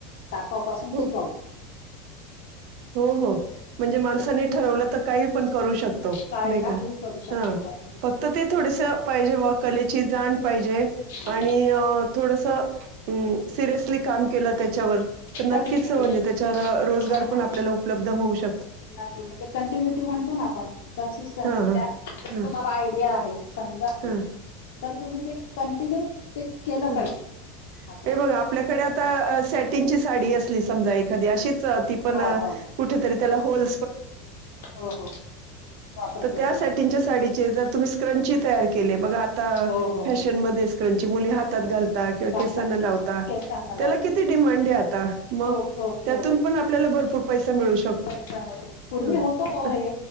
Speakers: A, on the left; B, on the right.
A: टाकावपासून
B: हो
A: टिकाव
B: हो हो म्हणजे माणसांनी ठरवलं तर काही पण करू शकतो
A: काय
B: नाही
A: काही
B: का
A: करू शकतो
B: हां
A: काय
B: फक्त ते थोडेस पाहिजे कलेची जाण पाहिजे
A: हा
B: आणि थोडस सिरियसली काम केलं त्याच्यावर तर नक्कीच
A: कंटिन्युटी
B: म्हणजे त्याच्यावर रोजगार
A: हा हा
B: पण आपल्याला उपलब्ध होऊ शकत
A: नक्की म्हणजे कंटिन्युटी म्हणतो ना आपण कन्सिस्टन्सी
B: हां हां
A: त्या
B: हां
A: तुम्हाला आयडिया आहे छंद आहे
B: हां
A: तर तुम्ही ते कंटिन्यू ते केलं
B: ह
A: पाहिजे असं
B: हे मग आप आपल्याकडे आता सॅटिनची साडी असली समजा एखादी अशीच ती पण
A: हा हो
B: कुठेतरी त्याला होल्
A: हो हो हो वापरतच
B: तर त्या
A: नाही
B: सॅटिनच्या साडीचे जर तुम्ही स्क्रंची तयार केले ब आता
A: हो हो
B: फशन
A: हो
B: म स्क्रं मुली हातात
A: स्टोनचे
B: घाता किंवा
A: घालतात
B: केसांना लावता
A: केसांना लावतात
B: त्याला किती डिमांड आहे आता मग
A: खूप खूप
B: त्यातून पण आपल्याला भरपूर पैसा मिळू शकतो
A: परशानते पूर्वी
B: हं.
A: होतो
B: अ,
A: हे